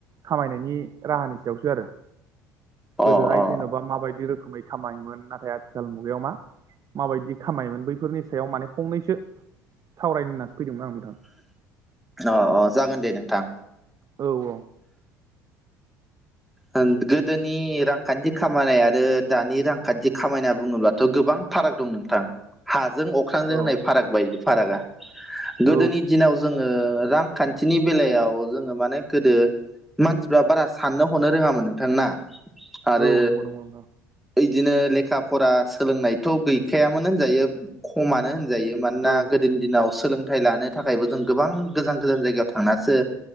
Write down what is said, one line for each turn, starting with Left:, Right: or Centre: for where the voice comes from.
Right: खामायनायनि राहानि सायावसो आरो गोदोहाय
Centre: अ अ
Right: जेन'बा माबाय दि रोखोमै खामायोमोन नाथाय आथिखाल मुगायाव मा माबायदि खामायोमोन बैफोरनि सायाव माने फंनैसो सावरायनो होननासो फैदोंमोन आं नोंथां।
Centre: अ अ जागोन दे नोंथां।
Right: औ औ
Centre: ओं गोदोनि रांखान्थि खामायनाय आरो दानि रांखान्थि खामायना बुङोब्लाथ' गोबां फाराग दं नोंथां हाजों अख्रांजों
Right: औ
Centre: होननाय फाराग बायदि फारागा
Right: औ
Centre: गोदोनि दिनाव जोङो रांखान्थिनि बेलायाव जोङो माने गोदो मानसिफ्रा बारा साननो हनो रोङामोन नोंथां ना। आरो
Right: औ नंगौ नंगौ नोंथां
Centre: इदिनो लेखा फरा सोलोंनायथ' गैखायामोन होनजायो खमानो होनजायो। मानोना
Right: औ
Centre: गोदो दिनाव सोलोंथाइ लानो था थाखायबो जों गोबां गोजान गोजान जायगायाव थांनासो